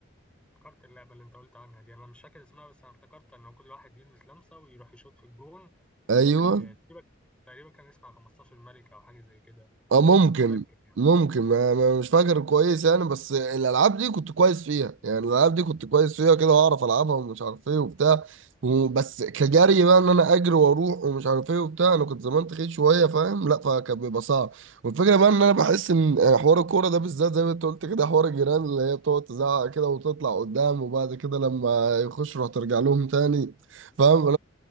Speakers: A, in the centre; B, on the right.
A: افتكرت اللعبة اللي انت قلت عنها دي انا مش فاكر اسمها بس انا افتكرت ان هو كل واحد يلمس لمسة ويروح يشوط في الجون
B: ايوه
A: آه، تقريبا تقريبا كان اسمها 15 ملك او حاجة زي كده
B: اه ممكن
A: مش متذكر يعني
B: ممكن ما ما- مش فاكر كويس يعني بس الالعاب دي كنت كويس فيها يعني الالعاب دي كنت كويس فيها كده واعرف العبها ومش عارف ايه وبتاع وبس كجري بقى ان انا اجري واروح ومش عارف ايه وبتاع انا كنت زمان تخيل شويه فاهم لا فكان بيبقى صعب والفكره بقى ان انا بحس ان حوار الكوره ده بالذات زي ما انت قلت كده حوار الجيران اللي هي بتقعد تزعق كده وتطلع قدام وبعد كده لما يخش روح ترجع لهم تاني فاهم